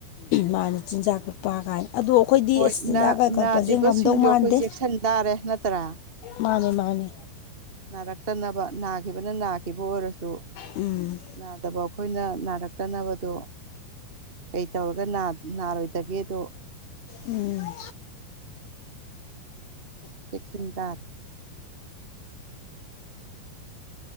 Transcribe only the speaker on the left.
ꯃꯥꯅꯦ ꯆꯤꯟꯖꯥꯛ ꯀꯛꯄ ꯀꯥꯏꯅ ꯑꯗꯣ ꯑꯩꯈꯣꯏꯗꯤ
ꯑꯁ ꯆꯤꯟꯖꯥꯛ
ꯀ ꯀꯛꯄꯖꯦ
ꯉꯝꯗꯧ ꯃꯥꯟꯗꯦ꯫
ꯃꯥꯅꯦ ꯃꯥꯅꯦ
ꯎꯝ꯫
ꯎꯝ <unintelligible>